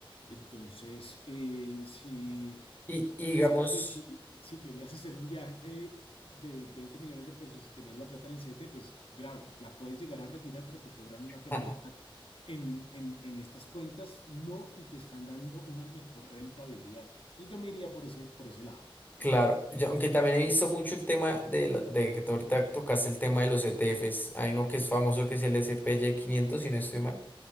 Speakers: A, on the left; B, on the left.
A: Entonces, eh, si
B: Y, y
A: en el
B: digamos...
A: CDT, si, si querías hacer un viaje de 20 millones de pesos y tenías la plata en el CDT, pues grave, la puedes llegar a retirar, pero te cobran una penalidad.
B: <laughs>
A: En, en, en estas cuentas no y te están dando una mejor rentabilidad. Entonces yo me iría por ese, por ese lado.
B: Claro, yo- aunque también he visto mucho el tema de, la- de que tú ahorita tocaste el tema de los ETFs. Hay uno que es famoso que es el S P SPY 500 si no estoy mal,